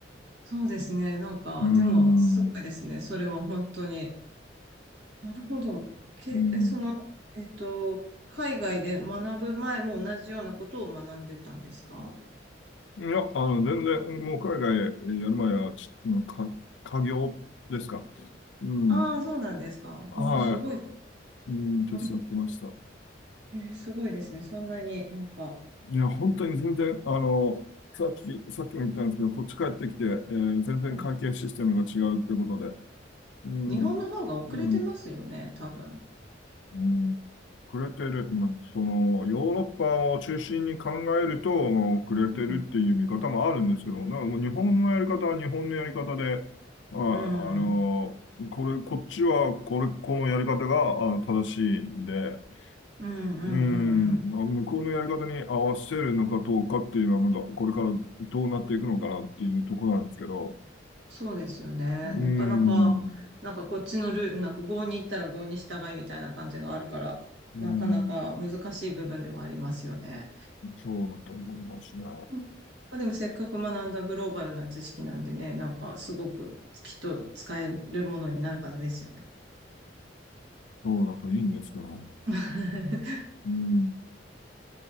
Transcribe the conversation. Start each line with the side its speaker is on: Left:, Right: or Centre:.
Right: そうですね。なんか、
Left: ーん。
Right: でもすごいですね。それは本当に。なるほど。け、
Left: うん
Right: え、その、えっと、海外で学ぶ前も同じようなことを学んでたんですか
Left: いや、あの、全然、もう海外やる前は、ち、か、家業ですか。うん。
Right: ああ、そうなんですか。
Left: は
Right: うん、すごい。
Left: い。うん、手伝ってました。
Right: なるほど。えーすごいですね。そんなになんか、
Left: いや、本当に全然、あの、さっき、さっきも言ったんですけど、こっち帰ってきて、えー全然会計システムが違うってことで、
Right: うん
Left: うん、
Right: 日本の方が遅れてますよね、
Left: もう、うん、
Right: 多分。
Left: うんくれてる、まあ、その、ヨーロッパを中心に考えると、くれてるっていう見方もあるんですけど、
Right: うん。
Left: なんかもう日本のやり方は日本のやり方で、あ、
Right: うん。
Left: あの、これ、こっちは、これ、このやり方が、あ、正しいんで、
Right: うん、うん、
Left: うん、
Right: うん、うん。
Left: まあ向こうのやり方に合わせるのかどうかっていうのは、まだこれからどうなっていくのかなっていうところなんですけど、
Right: そうですよね。
Left: うん、
Right: なかなか、なんかこっちのルール、なんか郷に行ったら郷に従いみたいな感じがあるから、
Left: うん、
Right: なかなか難しい部分ではありますよね。
Left: そうだと思いますね。
Right: うんまあ、でもせっかく学んだグローバルな知識なんでね、なんかすごくきっと使えるものになるはずですよね。
Left: そうだといいんですけどね。
Right: <laughs>
Left: うん